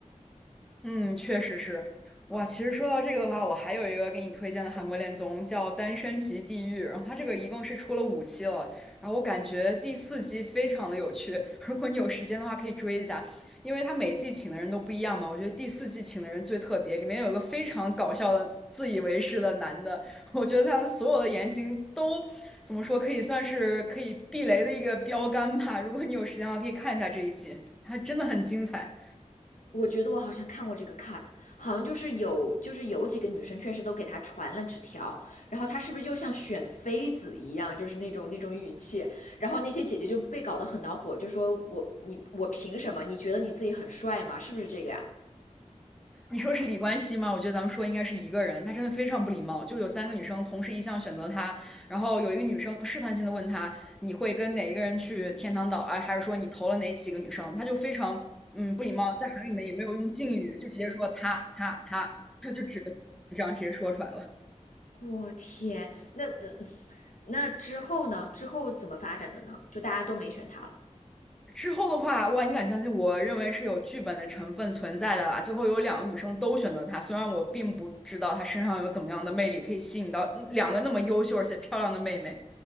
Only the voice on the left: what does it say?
我觉得我好像看过这个 cut，好像就是有就是有几个女生确实都给他传了纸条，然后他是不是就像选妃子一样，就是那种那种语气，然后那些姐姐就被搞得很恼火，就说我你我凭什么？你觉得你自己很帅吗？是不是这个呀？
我天，那那那之后呢？之后怎么发展的呢？就大家都没选他了。